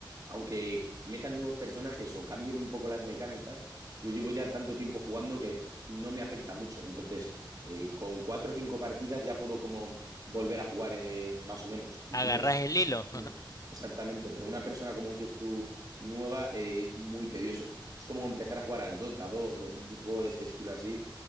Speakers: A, on the right; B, on the left.
A: aunque metan nuevos personajes o cambien un poco las mecánicas, yo llevo ya tanto tiempo jugando que no me afecta mucho. Entonces, eh, con cuatro o cinco partidas ya puedo como volver a jugar eh, más o menos. En
B: agarras
A: cambio, s-
B: el
A: s-
B: hilo.
A: exactamente, pero una persona, como dices tú, nueva, eh, es muy tedioso. Es como empezar a jugar al Dota 2 o un juego de este estilo así.